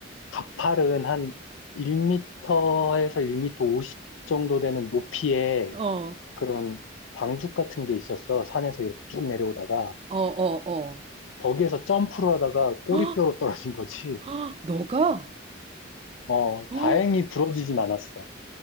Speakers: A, on the left (about 85°); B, on the right (about 30°).
A: 가팔은 한 1m에서 1m 50 정도 되는 높이에
B: 어.
A: 그런 방죽 같은 게 있었어. 산에서 이렇게 쭉 내려오다가
B: 어, 어, 어.
A: 거기에서 점프를 하다가 꼬리뼈로
B: <gasps> 헉,
A: 떨어진 거지.
B: 헉, 너가?
A: 어,
B: <gasps>
A: 다행히
B: 헉,
A: 부러지진 않았어.